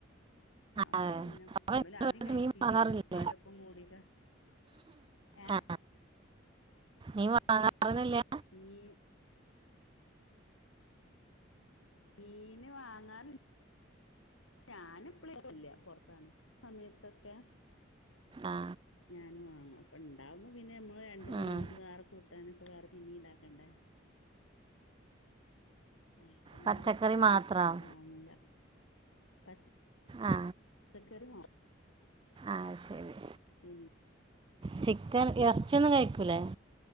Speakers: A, on the left; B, on the right.
A: അപ്പൊ
B: അതെ
A: പിന്നെ
B: അപ്പൊ
A: ഇബല്
B: നിങ്ങള്
A: ആദ്യം
B: വീട്ടിൽ
A: കഴിച്ചീന്
B: മീൻ വാങ്ങാറില്ലേ
A: പിന്നെ ഉപ്പന്റെ ഒപ്പം കൂടിക്കാ ഏ
B: ആ മീൻ വാങ്ങാറൊന്നുല്ലേ
A: മീൻ മീന് വാങ്ങാൻ <unintelligible> ഞാനിപ്പ <unintelligible> പൊറത്താണ് സമയത്തൊക്കെ
B: ആ
A: ഞാന് വാങ്ങും അപ്പം ഇണ്ടാവുമ്പോ പിന്നെ നമ്മള് രണ്ട് മൂന്ന്
B: ഉം.
A: വേറെ കൂട്ടാനൊക്കെ വേറെ പിന്നീ ഇണ്ടാക്കണ്ടേ അപ്പ അയിനും
B: പച്ചക്കറി
A: മടിച്ചിട്ട്
B: മാത്രം
A: നിക്കും വാങ്ങൂല പച്ച
B: ആ
A: <unintelligible> ക്കറി <inaudible>
B: ആ ശരി
A: പി
B: ചിക്കൻ എ ർച്ച്യോന്നും കഴിക്കൂലേ